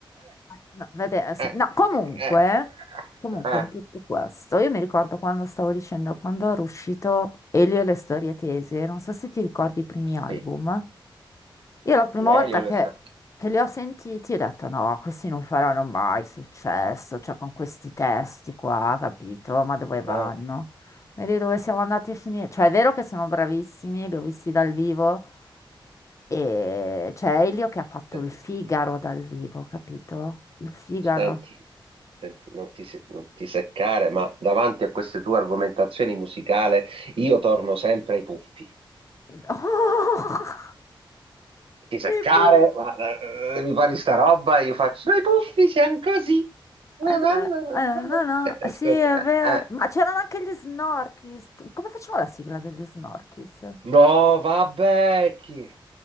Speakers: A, on the left; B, on the right.
A: No, vabbè, se-
B: eh,
A: no, comunque,
B: eh,
A: comunque
B: eh,
A: in tutto questo, io mi ricordo quando stavo dicendo, quando era uscito Elio e le storie tese, non so se ti ricordi i primi album,
B: sì,
A: io la prima
B: di Elio
A: volta
B: le
A: che,
B: sa-
A: che li ho sentiti ho detto no, questi non faranno mai successo, cioè con questi testi qua, capito? Ma dove vanno?
B: Ah,
A: Vedi dove siamo andati a finire? Cioè è vero che sono bravissimi, li ho visti dal vivo, e c'è Elio che ha fatto
B: senti,
A: il Figaro dal vivo, capito? Il Figaro.
B: senti, senti, non ti, se- non ti seccare, ma davanti a queste tue argomentazioni musicali io torno sempre ai puffi.
A: Oh! <laughs>
B: Ti seccare,
A: E poi-
B: ma eh, mi pare sta roba, io faccio, ma i puffi siamo così. Eh,
A: eh,
B: eh,
A: dove- eh, no, no,
B: eh, eh,
A: sì,
B: scusa,
A: è
B: eh,
A: vero.
B: eh.
A: Ma c'erano anche gli Snorkis. Tu- Come facevano la sigla degli Snorkis? Eh,
B: No, vabbè, chi...